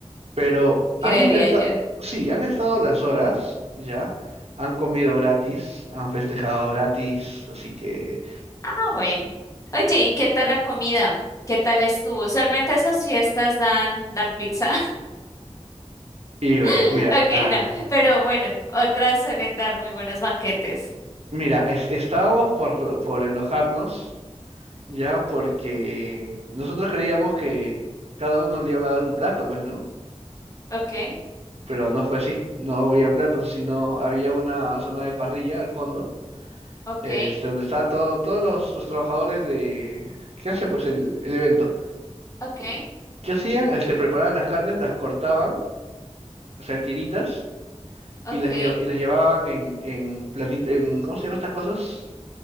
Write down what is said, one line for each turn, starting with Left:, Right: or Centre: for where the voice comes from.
Right: Pero
Left: creería
Right: han estado,
Left: yo.
Right: sí, han estado las horas, ya, han comido gratis, han festejado gratis, así que,
Left: Ah, bueno. Oye, ¿y qué tal la comida? ¿Qué tal estuvo? Usualmente esas fiestas dan, dan pizza.
Right: y bueno,
Left: <laughs>
Right: mira,
Left: Ok,
Right: ah,
Left: no, pero bueno, otras suelen dar muy buenos banquetes.
Right: mira, es- estábamos por, por enojarnos. Ya, porque nosotros creíamos que cada uno le iban a dar un plato, pues, ¿no?
Left: Ok,
Right: Pero no fue así, no habían platos, sino había una zona de parrilla al fondo,
Left: ok,
Right: este, donde estaban todo- todos los, los trabajadores de... ¿Qué hace, pues, el, el evento?
Left: ok,
Right: ¿Qué hacían? Este, preparaban las carnes, las cortaban, o sea, en tiritas,
Left: ok.
Right: y las, lle- y las llevaban en, en platito, en, ¿cómo se llaman estas cosas?